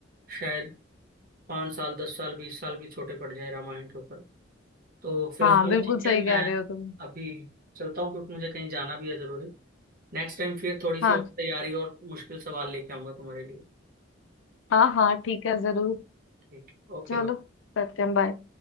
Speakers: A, on the right; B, on the left.
A: शायद पाँच साल दस साल बीस साल भी छोटे पड़ जाए रामायण के ऊपर तो फिलहाल
B: हाँ बिल्कुल
A: ठीक
B: सही
A: है मैं
B: कह रहे हो तुम
A: अभी चलता हूँ क्योंकि मुझे कहीं जाना भी है जरूरी नेक्स्ट टाइम फिर थोड़ी सी
B: हाँ
A: और तैयारी और मुश्किल सवाल लेके आऊंगा तुम्हारे लिए
B: हाँ हाँ ठीक है जरूर
A: ठीक है ओके
B: चलो करते हैं बाय